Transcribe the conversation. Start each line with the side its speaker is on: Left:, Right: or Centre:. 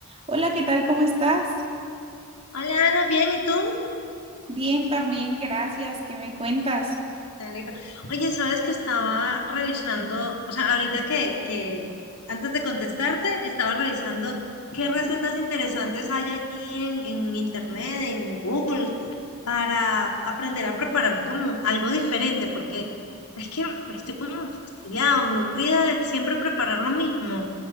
Right: Hola, ¿qué tal? ¿Cómo estás?
Left: Hola Ana, bien, ¿y tú?
Right: Bien, también, gracias. ¿Qué me cuentas?
Left: Me alegro. Oye, sabes que estaba revisando, o sea, ahorita que, que antes de contestarte, estaba revisando qué recetas interesantes hay allí en, en internet, en Google, para aprender a preparar como algo diferente, porque es que estoy como fastidiada, aburrida de siempre preparar lo mismo.